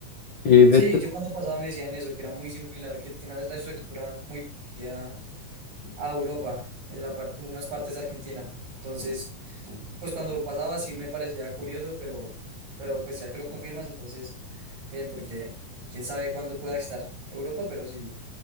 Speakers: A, on the left (about 45°); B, on the right (about 75°).
A: Y de
B: Sí,
A: hecho,
B: yo cuando pasaba me decían eso, que era muy similar, que tiene la la estructura muy parecida a Europa, en la parte, en unas partes de Argentina. Entonces, pues cuando lo pasaba sí me parecía curioso, pero, pero pues ya que lo confirmas, entonces, bien, porque quién sabe cuándo pueda visitar Europa, pero sí,